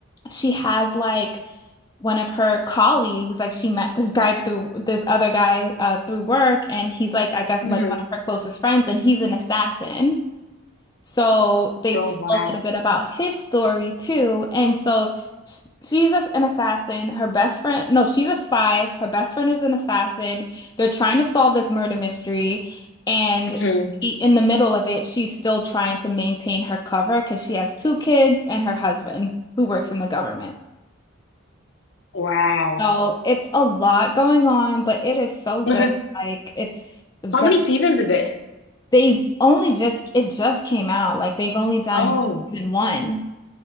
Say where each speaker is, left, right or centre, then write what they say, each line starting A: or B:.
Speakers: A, on the left (about 20°); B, on the left (about 60°).
A: she has like one of her colleagues, like she met this guy through this other guy uh through work and he's like I guess
B: Mm-hmm.
A: like one of her closest friends and he's an assassin. So they
B: Oh,
A: tell
B: wow.
A: a little bit about his story too. And so sh- she's a- an assassin. Her best friend, no, she's a spy. Her best friend is an assassin. They're trying to solve this murder mystery. And
B: Mm-hmm.
A: she- in the middle of it, she's still trying to maintain her cover because she has two kids and her husband who works in the government.
B: Wow.
A: So it's a lot going on, but it is so
B: <laughs>
A: good.
B: How
A: Like it's very,
B: many seasons is it?
A: they've only just, it just came out. Like they've only done
B: Oh,
A: season one.